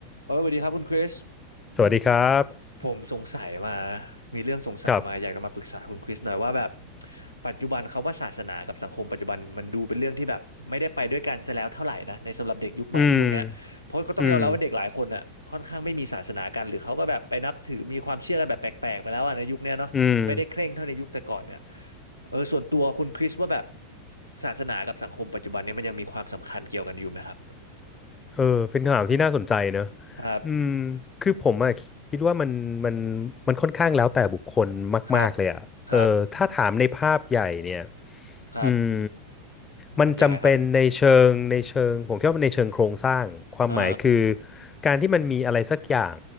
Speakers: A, on the left; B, on the left.
A: เออสวัสดีครับคุณคริส
B: สวัสดีครับ
A: ผมสงสัยมามีเรื่องสงสัยมาอยากจะมาปรึกษาคุณคริสหน่อยว่าแบบ
B: ครับ
A: ปัจจุบันเขาว่าศาสนากับสังคมปัจจุบันมันดูเป็นเรื่องที่แบบไม่ได้ไปด้วยกันซะแล้วเท่าไหร่นะในสำหรับเด็กยุคใหม่ช่วงเนี้ยเพราะก็ต้องยอมรับว่าเด็กหลายคนอ่ะค่อนข้างไม่มีศาสนากันหรือเขาก็แบบไปนับถือมีความเชื่อกันแบบแปลกๆไปแล้วอ่ะในยุคเนี้ยเนาะไม่ได้เคร่งเท่าในยุคแต่ก่อนเนี่ย
B: อืม อืม อืม
A: เออส่วนตัวคุณคริสว่าแบบศาสนากับสังคมปัจจุบันเนี่ยมันยังมีความสำคัญเกี่ยวกันอยู่ไหมครับ
B: เออเป็นคำถามที่น่าสนใจเนอะ
A: ครับ
B: อืมคือผมอะคิดว่ามันมันมันค่อนข้างแล้วแต่บุคคลมากๆเลยอะเออถ้าถามในภาพใหญ่เนี่ย
A: ครับครับครับ
B: อืมมันจำเป็นในเชิงในเชิงผมคิดว่าในเชิงโครงสร้างความหมายคือ
A: มันยังไงครับ อ่า
B: การที่มันมีอะไรสักอย่าง